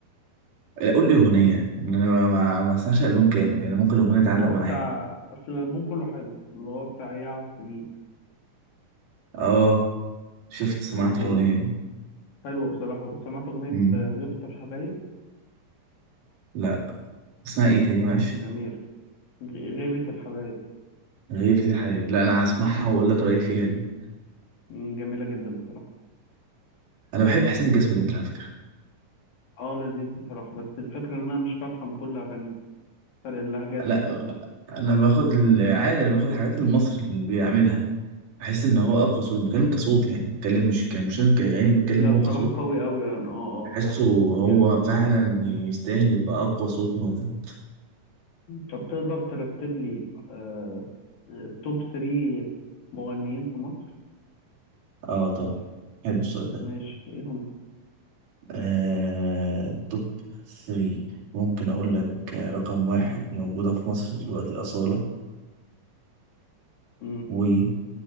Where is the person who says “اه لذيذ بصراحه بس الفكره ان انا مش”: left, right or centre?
Left